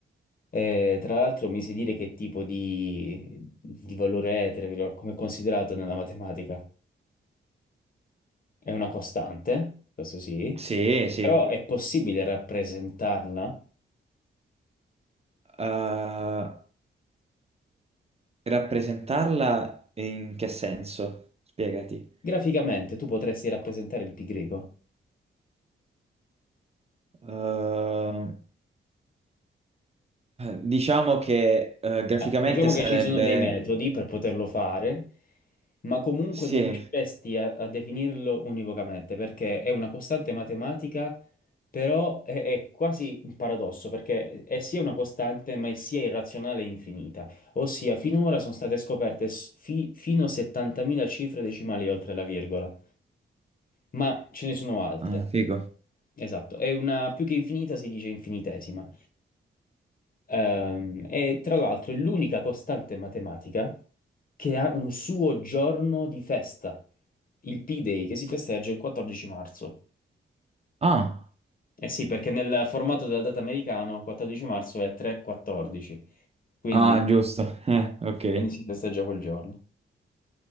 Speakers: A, on the left; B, on the right.
A: Eh, tra l'altro mi sai dire che tipo di, di valore è 3,14, come è considerato nella matematica? È una costante, questo sì,
B: Sì, sì.
A: però è possibile rappresentarla.
B: Eh, rappresentarla in che senso? Spiegati.
A: Graficamente tu potresti rappresentare il pi greco.
B: Eh, diciamo che eh, graficamente
A: Eh, Diciamo
B: sarebbe...
A: che ci sono dei metodi per poterlo fare, ma comunque
B: Sì,
A: non riusciresti a, a definirlo univocamente, perché è una costante matematica, però è, è quasi un paradosso, perché è sia una costante, ma è sia irrazionale e infinita. Ossia, finora sono state scoperte s- fi- fino a 70.000 cifre decimali oltre la virgola. ma ce ne sono altre.
B: ah, figo.
A: Esatto, è una più che infinita, si dice infinitesima. Ehm, e tra l'altro è l'unica costante matematica che ha un suo giorno di festa, il P-Day, che si festeggia il 14 marzo.
B: Ah,
A: Eh sì, perché nel formato della data americano 14 marzo è 3-14, quindi,
B: ah, giusto. <laughs> Eh, ok.
A: quindi si festeggia quel giorno.